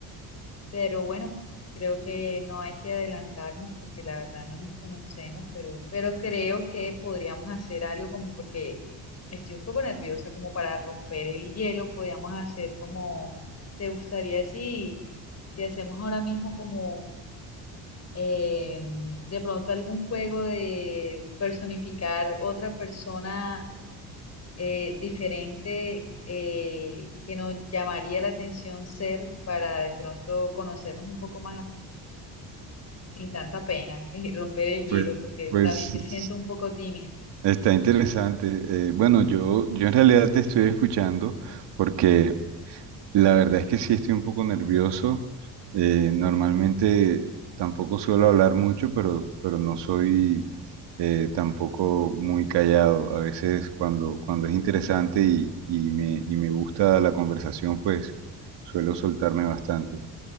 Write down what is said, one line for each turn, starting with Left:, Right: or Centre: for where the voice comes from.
Left: pero bueno, creo que no hay que adelantarnos porque la verdad no nos conocemos, pero, pero creo que podríamos hacer algo como porque estoy un poco nerviosa, como para romper el hielo, podríamos hacer como, ¿te gustaría si, si hacemos ahora mismo como... eh, de pronto algún juego de personificar otra persona eh, diferente eh, que nos llamaría la atención ser para de pronto conocernos un poco más sin tanta pena y romper el hielo,
Right: Pues,
Left: porque
Right: pues
Left: también te siento un poco tímido.
Right: está interesante. Eh, bueno, yo, yo en realidad te estoy escuchando porque la verdad es que sí estoy un poco nervioso. Eh, normalmente tampoco suelo hablar mucho, pero, pero no soy eh, tampoco muy callado. A veces cuando, cuando es interesante y, y me, y me gusta la conversación, pues suelo soltarme bastante.